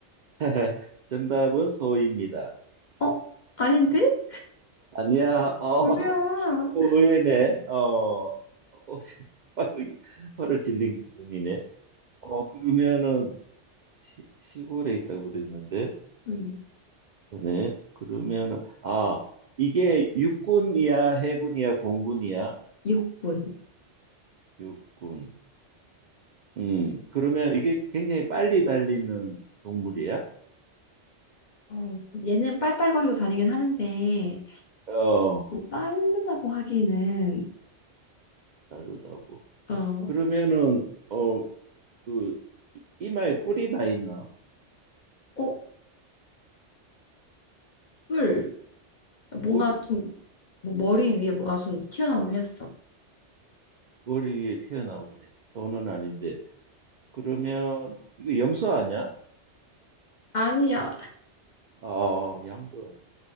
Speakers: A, on the right; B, on the left.
A: <laughs> 정답은 소입니다.
B: 어, 아닌데?
A: 아니야. 어,
B: 뭐야?
A: <laughs> 어, 의외네. 어, 어, <laughs> 아이고, 이 화를 질린 기분이네. 어, 그러면은 시, 골에 있다고 그랬는데
B: 음,
A: 전에 그러면 아 이게 육군이야 해군이야 공군이야
B: 육군.
A: 육군 음 그러면 이게 굉장히 빨리 달리는 동물이야
B: 어, 얘는 빨빨거리고 다니긴 하는데,
A: 어
B: 빠르다고 하기는
A: 다르다고
B: 어,
A: 그러면은 어 그 이마에 뿔이 나 있나
B: 어, 풀 뭔가
A: 뿔
B: 좀
A: 어,
B: 뭐 머리 위에 뭐가 좀 튀어나오긴 했어.
A: 머리 위에 튀어나오긴 했다 손은 아닌데 그러면 이거 염소 아니야
B: 아니야,
A: 아 양도 아니고